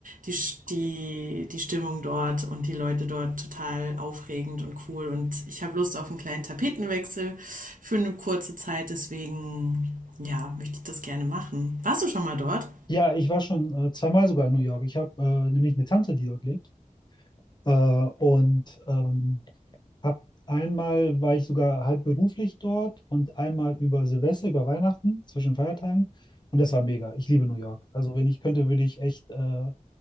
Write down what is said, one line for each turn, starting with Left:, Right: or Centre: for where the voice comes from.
Right: die, die, die Stimmung dort und die Leute dort total aufregend und cool. Und ich habe Lust auf einen kleinen Tapetenwechsel für eine kurze Zeit. Deswegen, ja, möchte ich das gerne machen. Warst du schon mal dort?
Left: Ja, ich war schon äh, zweimal sogar in New York. Ich habe äh, nämlich eine Tante, die dort lebt. Äh, und ähm, hab einmal war ich sogar halb beruflich dort und einmal über Silvester, über Weihnachten, zwischen Feiertagen. Und das war mega. Ich liebe New York. Also wenn ich könnte, würde ich echt äh,